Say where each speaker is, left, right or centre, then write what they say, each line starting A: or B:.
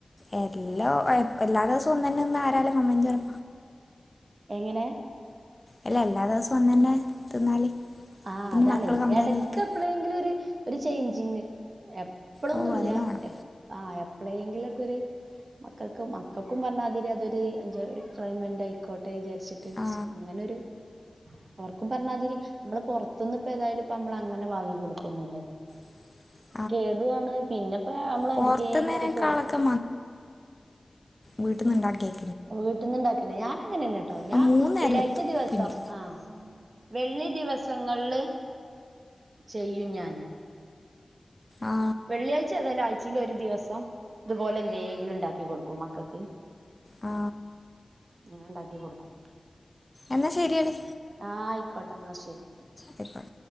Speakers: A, on the left; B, on the right.
A: എല്ലോ എല്ലാ ദിവസവും ഒന്നെന്നെ ഒന്ന ആരാലും <unintelligible>
B: എങ്ങനെ
A: എല്ല എല്ലാ ദിവസവും ഒന്നന്നെ തിന്നാല്
B: ആ
A: പിന്നെ
B: അതാണെയ്
A: മക്കള് കംപ്ലൈന്റ്
B: ഇടക്ക്
A: ആയിരിക്കും
B: എപ്പോഴെങ്കിലും ഒരു ചെയ്ജിങ്. എപ്പള്ളൊന്നുല്ലാ
A: ഓ അതെല്ലാം വേണം
B: ആ എ പ്പലെങ്കിലകൊരു. മക്കൾക് മക്കൾക്കും പറഞ്ഞാതിരി അതൊര് എൻജോയ്മെൻ്റ് ആയിക്കോട്ടെ വിചാരിച്ചിട്ട്
A: ആ
B: അങ്ങനെ. അവര് അവർക്കും പറഞ്ഞാതിരി നമ്മള് പുറത്തുനിന്ന് ഇപ്പൊ ഏതായാലും പ്പമ്മള് അങ്ങനെ വാങ്ങികൊടുക്കൊന്നുല്ലാ ലോ
A: <inaudible>
B: കേടുആണ് പിന്നെപ്പോ നമ്മള്
A: പുറത്തുന്നതിനേക്കാളൊക്കെ
B: എ വിടുകെങ്കിലുമൊകെ പോകും.
A: വീട്ട്ന്നുണ്ടാക്കി.
B: വീട്ടന്ന്ണ്ടാക്കെന്നെ ഞാൻ അങ്ങനെന്നെട്ടോ
A: അത്
B: ഞാ
A: മൂന്ന്
B: വെള്ളിയാഴ്ച
A: നേരം എത്തും
B: ദിവസം
A: പിന്നെ
B: ആ വെള്ളി ദിവസങ്ങള്ൽ ചെയ്യും ഞാന്.
A: ആ
B: വെള്ളിയാഴ്ച ഏതായാലും ആഴ്ച്ചിൽ ഒരു ദിവസം ഇതുപോലെ എന്തെങ്കിലും ഇണ്ടാക്കി കൊടുക്കും മക്കൾക്ക്.
A: ആ
B: ഞാൻ ഇണ്ടാക്കി കൊടുക്കും.
A: എന്നാൽ ശരിയെടി
B: ആ ആയിക്കോട്ടെ എന്നാ ശരി
A: ആയിക്കോട്ടെ